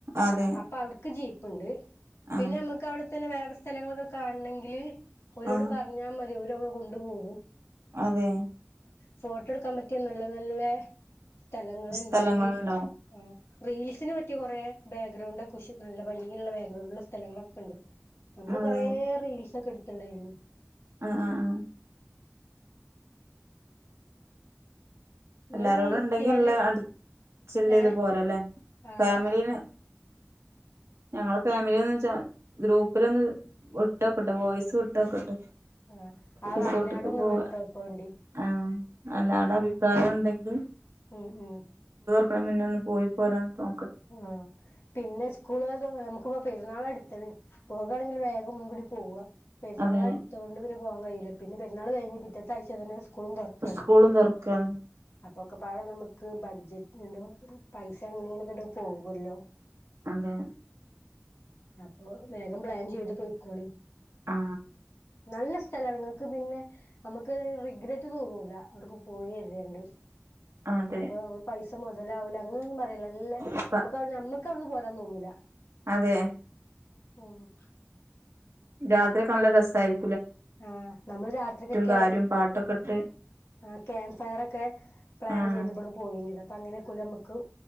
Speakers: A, on the right; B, on the left.
A: അതെ
B: ആ അപ്പൊ അവർക്ക് ജീപ്പ് ഉണ്ട് പിന്നെ
A: ആ
B: നമ്മുക്ക് അവിടെ പിന്നെ വേറെ സ്ഥലങ്ങളൊക്കെ കാണണെങ്കില് ഓലോട്
A: ആ
B: പറഞ്ഞാൽ മതി ഒ നമ്മള കൊണ്ടുപോകും
A: അതെ
B: ഫോട്ടോ എടുക്കാൻ പറ്റിയ നല്ല നല്ല സ്ഥ സ്ഥലങ്ങളുണ്ട്
A: സ്ഥലങ്ങളുണ്ടാവും
B: റീ ആ റീൽസിന് പറ്റിയ കുറെ ബാക്ക്ഗ്രൗണ്ട് ഒക്കെ കുശ് നല്ല ഭംഗിയുള്ള ബാക്ക്ഗ്രൗണ്ട് ഉള്ള സ്ഥലങ്ങളൊക്കെ ഉണ്ട് ഞങ്ങള്
A: അതെ
B: കൊറേ റീല്സ് ഒക്കെ എടു റ്റ്ണ്ടായിരുന്നു
A: ആ ആ ആ
B: നിങ്ങളിങ്ങനെ
A: എല്ലാരോടും
B: ഇൻസ്റ്റേല്
A: ഉണ്ടെങ്കി അല്ല അടിച്ച് ചില്ലയ്ത്
B: ഏഹ്
A: പോരല്ലെ
B: ആഹ്
A: ഫാമിലീനെ
B: ആഹ്
A: ഞങ്ങള് ഫാമിലിന്ന്വെച്ച ഗ്രൂപ്പിലൊന്ന് ഇട്ടോക്കട്ടെ വോയ്സ് വിട്ടോക്കട്ടെ
B: ആഹ് ആ
A: റിസോർട്ട്ക്ക്
B: വയനാടൊന്ന്
A: പോവാ
B: വിട്ടോക്കോണ്ടി
A: ആഹ് അല്ലാർട
B: ആഹ്
A: അഭിപ്രായം ഉണ്ടെങ്കി ഉ
B: ഉം ഉം
A: അടെ മുന്നെ ഒന്ന് പൊയ്പോരാന്ന് തോ
B: ആഹ് പിന്നെ സ്കൂ <unintelligible> നമുക്കിപ്പോ പെരാനാളടു ത്ത്ണ് പോകാണെങ്കിൽ വേഗം മുൻകൂടി പോവാ പെരുന്നാളടുത്തോണ്ട്
A: അതെ
B: പിന്നെ പോവാൻ കയ്യൂല പിന്നെ പെരുന്നാൾ കഴിഞ്ഞ് പിറ്റത്തെ ആഴ്ച തന്നെ സ്കൂളും തൊറക്കാണ്
A: സ്കൂളും തുറക്കാണ്
B: അപ്പൊക്കെപാടെ നമ്മക്ക് ബഡ്ജറ്റ് എന്താപ്പോ പൈസ അങ്ങനിം ഇങ്ങനിം ഒക്കെ ഇടും പോകുല്ലോ
A: അതെ
B: അപ്പൊ വേഗം പ്ലാൻ ചെയ്ത് പൊയിക്കോളി
A: ആ
B: നല്ല സ്ഥലാണ് ഇങ്ങക്ക് പിന്നെ നമുക്ക് റിഗ്രറ്റ് തോന്നൂല അ വുട്ക്ക് പോയി കര്തിയാണ്ട്
A: അതെ
B: അപ്പൊ നമ്മൾ പൈസ മൊതലാവൂല അങ്ങനൊന്നും പറയൂലാ നല്ലെ
A: പ്പ
B: നമ്മക്ക് അവുടെ നമ്മക്ക് ക്ക് അവുട്ന്ന് പോരാൻ തോന്നൂല
A: അതെ
B: പോകും
A: രാത്രിയൊക്കെ നല്ല രസായിരി
B: ആ നമ്മൾ രാത്രിക്ക് ഒക്കെ
A: കാര്യം പാട്ടൊക്കെ ഇട്ട്
B: ആ ക്യാമ്പ് ഫയറൊക്കെ പ്ലാൻ
A: ആഹ്
B: ചെയ്ത് ഇബട്ന്ന് പോയിന്യതാ പ്പം അങ്ങനെയൊക്കെ ഓല് നമ്മക്ക്